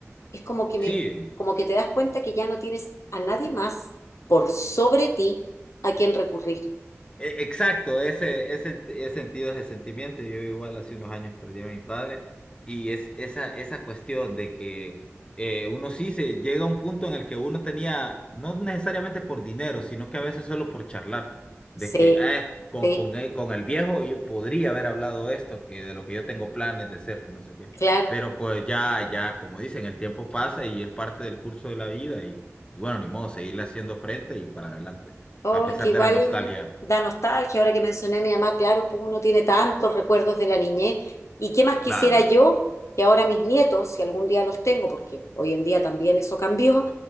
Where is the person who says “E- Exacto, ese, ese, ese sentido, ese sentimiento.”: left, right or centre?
Left